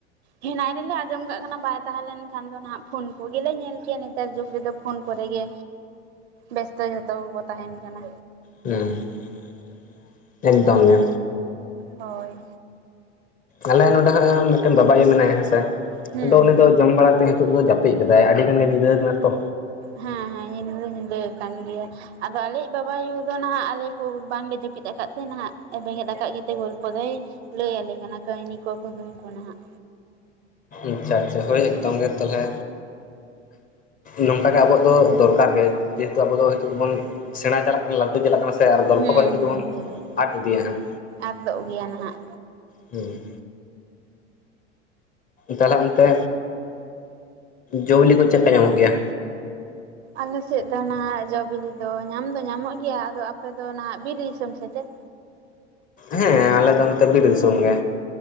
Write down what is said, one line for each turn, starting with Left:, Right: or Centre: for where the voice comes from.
Right: ᱦᱮᱱᱟᱜ ᱨᱮᱞᱮ ᱟᱸᱡᱚᱢ ᱠᱟᱜ ᱠᱟᱱᱟ, ᱵᱟᱭ ᱛᱟᱦᱮᱸ ᱞᱮᱱ ᱠᱷᱟᱱ ᱫᱚ ᱱᱟᱦᱟᱜ, ᱯᱷᱳᱱ ᱠᱚᱜᱮ ᱧᱮᱞ ᱠᱮᱭᱟ ᱱᱮᱛᱟᱨ ᱡᱩᱜᱽ ᱨᱮᱫᱚ ᱯᱷᱳᱱ ᱠᱚᱨᱮ ᱜᱮᱼᱼ ᱵᱮᱥᱛᱚ ᱡᱷᱚᱛᱚ ᱠᱚᱠᱚ ᱛᱟᱦᱮᱱ ᱠᱟᱱᱟ᱾
Left: ᱦᱩᱸᱮᱠᱫᱚᱢ ᱜᱮ,
Right: ᱦᱳᱭ,
Left: ᱟᱞᱮ ᱱᱚᱰᱮ ᱦᱚᱸ ᱢᱤᱫᱴᱮᱱ ᱵᱟᱵᱟ ᱟᱭᱳ ᱢᱮᱱᱟᱭᱟ ᱦᱮᱸᱥᱮ
Right: ᱦᱩᱸ
Left: ᱟᱫᱚ ᱩᱱᱤ
Right: ᱦᱩᱸ
Left: ᱫᱚ ᱡᱚᱢ ᱵᱟᱲᱟ ᱱᱤᱛᱚᱜ ᱫᱚ ᱡᱟᱹᱯᱤᱫ ᱟᱠᱟᱫᱟᱭ, ᱟᱹᱰᱤ ᱜᱟᱱᱜᱮ ᱧᱤᱫᱟᱹ ᱠᱟᱱᱟ ᱛᱚ᱾
Right: ᱦᱮᱸ ᱦᱮᱸ, ᱧᱤᱫᱟᱹ ᱫᱚ ᱧᱤᱫᱟᱹ ᱟᱠᱟᱱ ᱜᱮᱭᱟ, ᱟᱫᱚ ᱟᱞᱮᱭᱤᱡᱽ ᱵᱟᱵᱟᱭᱩ ᱫᱚ ᱱᱟᱦᱟᱜ ᱟᱞᱮ ᱠᱩ ᱵᱟᱝᱞᱮ ᱡᱟᱹᱯᱤᱫ ᱟᱠᱟᱫ ᱛᱮ, ᱱᱟᱦᱟᱜ ᱵᱮᱸᱜᱮᱫ ᱟᱠᱟᱫ ᱜᱮᱛᱮ ᱜᱚᱞᱯᱚ ᱫᱚᱭᱼᱼ ᱞᱟᱹᱭ ᱟᱞᱮ ᱠᱟᱱᱟ, ᱠᱟᱹᱦᱱᱤ ᱠᱚ ᱠᱩᱫᱩᱢ ᱠᱚ ᱱᱟᱦᱟᱜᱼᱼ
Left: ᱟᱪᱪᱷᱟ ᱟᱪᱪᱷᱟ ᱦᱳᱭ ᱮᱠᱫᱚᱢ ᱜᱮ ᱛᱟᱦᱚᱞᱮ, ᱱᱚᱝ ᱚᱱᱠᱟᱜᱮ ᱟᱵᱚᱣᱟᱜ ᱫᱚᱨᱠᱟᱨ ᱜᱮ, ᱡᱮᱦᱮᱛᱩ ᱟᱵᱚ ᱫᱚ ᱱᱤᱛᱚᱜ ᱫᱚᱵᱚᱱ, ᱥᱮᱲᱟ ᱪᱟᱞᱟᱜᱼᱼ ᱞᱟᱹᱴᱩ ᱪᱟᱞᱟᱜ ᱠᱟᱱᱟ ᱥᱮ ᱟᱨ ᱜᱚᱞᱯᱚ
Right: ᱦᱩᱸ
Left: ᱠᱚ ᱱᱤᱛᱳᱜ
Right: ᱦᱩᱸ
Left: ᱫᱚᱵᱚᱱ,
Right: ᱦᱩᱸ
Left: ᱟᱫ ᱤᱫᱤᱭᱟ ᱦᱟᱸᱜᱼᱼ
Right: ᱟᱫᱚᱜ ᱜᱮᱭᱟ ᱱᱟᱦᱟᱜ
Left: ᱦᱩᱸ ᱛᱟᱦᱚᱞᱮ ᱚᱱᱛᱮ, ᱡᱚ ᱵᱤᱞᱤ ᱠᱚ ᱪᱮᱫ ᱞᱮᱠᱟ ᱧᱟᱢᱚᱜ ᱜᱮᱭᱟ?
Right: ᱟᱞᱮ ᱥᱮᱫ ᱫᱚ ᱱᱟᱦᱟᱜ ᱡᱚ ᱵᱤᱞᱤ ᱫᱚ ᱧᱟᱢ ᱫᱚ ᱧᱟᱢᱚᱜ ᱜᱮᱭᱟ, ᱟᱫᱚ ᱟᱯᱮ ᱫᱚ ᱱᱟᱦᱟᱜ ᱵᱤᱨ ᱫᱤᱥᱚᱢ ᱥᱮᱪᱮᱫ?
Left: ᱦᱮᱸ ᱟᱞᱮ ᱫᱚ ᱱᱚᱛᱮ ᱵᱤᱨ ᱫᱤᱥᱚᱢ ᱜᱮ᱾